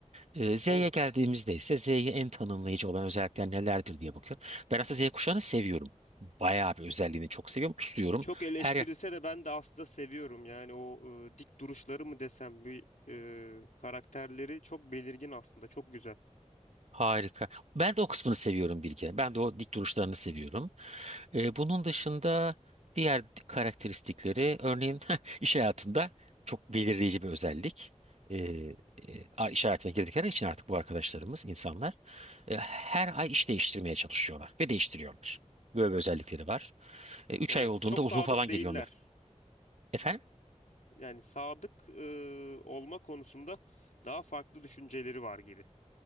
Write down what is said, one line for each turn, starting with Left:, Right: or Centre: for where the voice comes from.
Right: Ee, Z'ye
Left: Evet.
Right: geldiğimizde ise Z'ye en tanımlayıcı olan özellikler nelerdir diye bakıyorum. Ben aslında Z kuşağını seviyorum. Bayağı bir özelliğini çok seviyorum. Tutuyorum.
Left: Çok eleştirilse
Right: Her
Left: de ben de aslında seviyorum. Yani o ıı, dik duruşları mı desem, bir ıı, karakterleri çok belirgin aslında, çok güzel.
Right: harika. Ben de o kısmını seviyorum Bilge. Ben de o dik duruşlarını seviyorum. Ee, bunun dışında diğer karakteristikleri örneğin <laughs> iş hayatında çok belirleyici bir özellik. Ee, e, a- iş hayatına girdikleri için artık bu arkadaşlarımız, insanlar e, her ay iş değiştirmeye çalışıyorlar ve değiştiriyorlar. Böyle bir özellikleri var. 3
Left: Evet,
Right: ay olduğunda
Left: çok
Right: uzun
Left: sadık
Right: falan
Left: değiller.
Right: geliyor onlar. Efendim?
Left: Yani sadık ıı, olma konusunda daha farklı düşünceleri var gibi.